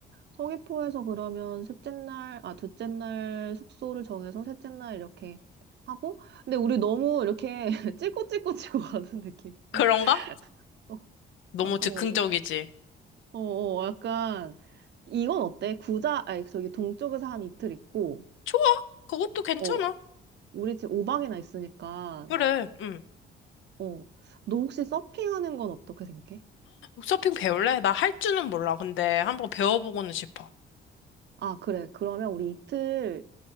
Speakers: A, on the right; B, on the left.
A: 성의포에서 그러면 셋째 날, 아, 둘째 날 숙소를 정해서 셋째 날 이렇게 하고. 근데 우리 너무 이렇게 <laughs> 찔꼬찔꼬치고 가는 느낌인데.
B: 그런가?
A: 어,
B: 너무 즉흥적이지.
A: 어, 어, 어, 약간, 이건 어때? 구자, 아니, 저기 동쪽에서 한 이틀 있고,
B: 좋아, 그것도 괜찮아.
A: 어, 우리 지금 5박이나 있으니까,
B: 그래, 음.
A: 어, 너 혹시 서핑하는 건 어떻게 생각해?
B: 서핑 배울래? 나 할 줄은 몰라. 근데 한번 배워보고는 싶어.
A: 아, 그래. 그러면 우리 이틀